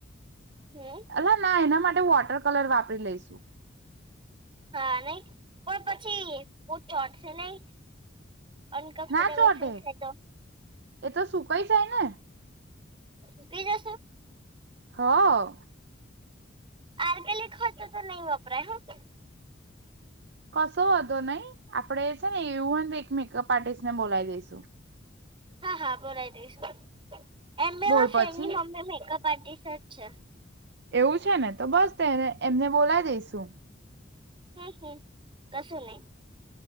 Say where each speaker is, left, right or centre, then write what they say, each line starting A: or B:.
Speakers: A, on the right; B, on the right.
A: હમ
B: એ ના એના માટે હું વોટર કલર વાપરી લઈશુ.
A: હા નહી પણ પછી બ ચોટશે નહી? અનકમફર્ટેબલ
B: ના ચોટે
A: ફીલ થ તો?
B: એ તો સુકાઈ જાય ને.
A: સુખી જશે?
B: હા.
A: આર્ગેનિક હો તો તો નહી વપરાય હ.
B: કશો નહી આપડે છે ને એવું જ એક મેકઅપ આર્ટિસ્ટને બોલાવી દઈશુ.
A: હા હા બોલાય દઈશું. એમ બે
B: બોલ
A: ફ્રેન્ડની
B: પછી
A: મમ્મી પાર્ટીસ છે.
B: એવું છે ને તો બસ તેને એમને બોલાવી દઈશુ.
A: હમ હમ, કસ નહી.